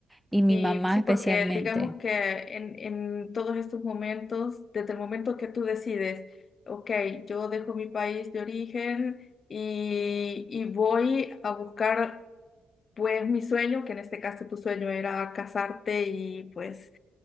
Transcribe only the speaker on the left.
Sí,
sí,
porque digamos que en, en todos estos momentos, desde el momento que tú decides, ok, yo dejo mi país de origen y, y voy a buscar pues mi sueño, que en este caso tu sueño era casarte y pues